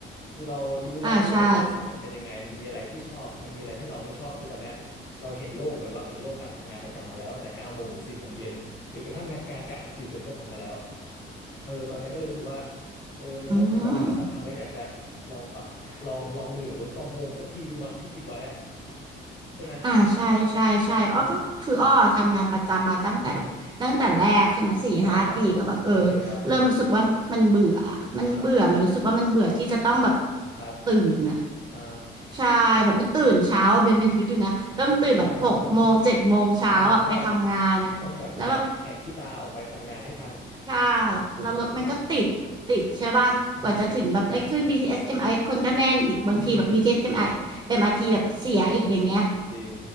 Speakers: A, on the left; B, on the right.
A: คือเรารู้แล้วว่าระบบบริษัทมันเป็นยังไงมันมีอะไรที่ชอบมันมีอะไรที่เราไม่ชอบคือตอนเนี้ยเราเห็นโลกเหมือนเราเห็นโลกการทำงานประจำมาแล้วตั้งแต่เก้าโมงถึงสี่โมงเย็นหรือกระทั่งงานการกะกลางคืนเบนก็ทำมาแล้ว
B: อ่าใช่
A: เออตอนเนี้ยก็เลยรู้สึกว่า เออในเมื่อทำแบบนั้นมาสักพักแล้วอยากจะ
B: อืม
A: ลองปะ <laughs> ลองลองลุยกับ work from home สักทีดูมั้งที่คิดไว้อะใช่ไหม
B: อ่าใช่ใช่ใช่อ้อก็คืออ้อทำงานประจำมาตั้งแต่แบบตั้งแต่แรกใช่ไหมสี่ห้าปีก็แบบเออ
A: ใช่อืมใช่ใช่โอเคครับ
B: เริ่มรู้สึกว่ามันเบื่อมันเบื่อมันรู้สึกว่ามันเบื่อที่จะต้องแบบ
A: อ่าครับ
B: ตื่นอะ
A: อ่า
B: ใช่แบบมันตื่นเช้าอะเบนเบนคิดดูนะต้องตื่นแบบหกโมงเจ็ดโมงเช้าอ่ะไปทำงานอ่ะแล้วแบบ
A: <laughs> อ่าใช่ต้องแบบแหกแหกขี้ตาออกไปทำงานให้ทัน
B: ใช่
A: อืมอืม
B: แล้วรถมันก็ติดติดใช่ป่ะกว่าจะถึงแบบได้ขึ้น
A: อืม
B: BTS MRT คนก็แน่นอีกบางทีแบบ
A: อืม
B: BTS m r MRT แบบเสียอีกอย่างเงี้ย
A: จริง